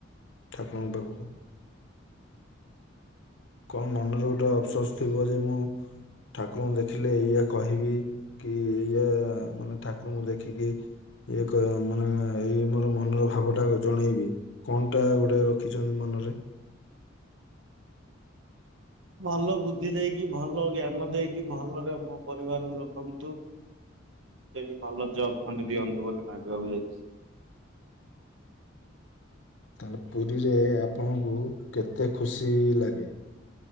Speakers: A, on the left (about 70°); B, on the right (about 80°).
A: ଠାକୁରଙ୍କ ପାଖକୁ? କ ମନରେ ଗୋଟେ ଅପସୋସ ଥିବ ଯେ ମୁଁ ଠାକୁରଙ୍କୁ ଦେଖିଲେ ଏଇଆ କହିବି। କି ଏଇଆ ମାନେ ଠାକୁରଙ୍କୁ ଦେଖିକି ଏ କରେ ମାନେ ଏଇ ମୋର ମନର ଭାବ ଟା ଜଣେଇବି। କଣଟା ଗୋଟେ ରଖିଛନ୍ତି ମନରେ?
B: ଭଲ ବୁଦ୍ଧି ଦେଇକି, ଭଲ ଜ୍ଞାନ ଦେଇକି, ଭଲରେ ମୋ ପରିବାରକୁ ରଖନ୍ତୁ। ଏଟା ବି ଭଲ ଜବ୍ ଖଣ୍ଡେ ଦିଅନ୍ତୁ ବୋଲି ଭାବିବାକୁ ଯାଇଚି।
A: ତାହେଲେ ପୁରୀରେ ଆପଣଙ୍କୁ କେତେ ଖୁସି ଲାଗେ?